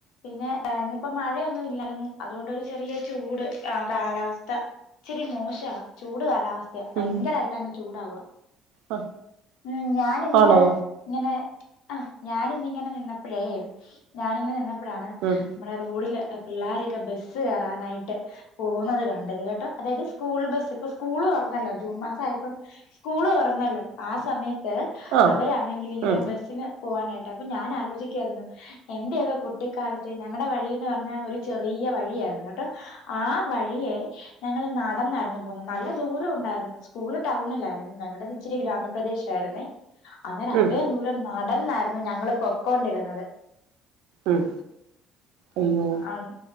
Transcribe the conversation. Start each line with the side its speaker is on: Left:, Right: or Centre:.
Left: പിന്നെ ഇന്നിപ്പോ മഴയൊന്നും ഇല്ലായിരുന്നു. അതുകൊണ്ടൊരു ചെറിയ ചൂട് ആഹ് കാലാവസ്ഥ, ഇച്ചിരി മോശവാ. ചൂട് കാലാവസ് ത്ത. ഭയങ്കരായിട്ട്
Right: ഉം
Left: അങ്ങ് ചൂടാവ്വാ
Right: ആ
Left: ഉം ഞാനിന്ന്
Right: ആണോ
Left: ഇങ്ങനെ ആ ഞാനിന്നിങ്ങനെ നിന്ന പ്പഴേ ഞാനിങ്ങനെ നിന്ന പ്പഴാണ്
Right: ഉം
Left: നമ്മുടെ റോഡില് പിള്ളോരൊക്കെ ബസ്സ് കയറാനായിട്ട് പോവ്ന്നത്കണ്ടത് കെട്ടോ അതായത് സ്കൂൾ ബസ്സ് ഇപ്പസ്കൂള് തുറന്നല്ലോ ജൂൺ മാസം ആയപ്പം സ്കൂള് തുറന്നല്ലോ ആ സമയ ത്ത്
Right: ആ
Left: അവരാണെങ്കിൽ ഇങ്ങനെ
Right: ഉം
Left: ബസ്സിന് പോവാനായിട്ട് അപം ഞാൻലോചിക്ക ക്കാരുന്നു എന്റെയൊക്കെ കുട്ടിക്കാലത്ത് ഞങ്ങടെ വഴിന്ന് പറഞ്ഞ ഒരു ചെറിയ വഴിയായിരുന്നുകേട്ടോ ആ വഴിയെ ഞങ്ങള് നടന്നായിരുന്നുപോന്നത് നല്ലദൂരം ഉണ്ടായിരുന്നു സ്കൂള് ടൗണിലായിരുന്നു ഞങ്ങളുടെ ഇച്ചിരി ഗ്രാമപ്രദേശ ആരുന്നേ അന്നേരം അത്രയും
Right: ഉം
Left: ദൂരം നട ന്നാര്ന്നു ഞങ്ങൾ പൊക്കൊണ്ടിരുന്നത് ന്നതെ
Right: ഉം അയ്യോ
Left: ആഹ്